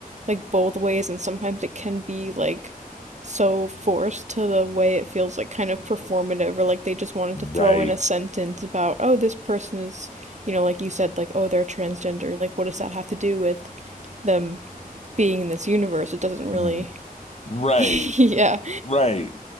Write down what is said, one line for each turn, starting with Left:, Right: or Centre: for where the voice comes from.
Right: like both ways and sometimes it can be like so forced to the way it feels like kind of performative or like they just wanted
Left: Right.
Right: to throw in a sentence about oh this person is you know like you said like oh they're transgender like what does that have to do with them being in this universe it doesn't really
Left: r-
Right: <laughs>
Left: Right.
Right: yeah
Left: Right.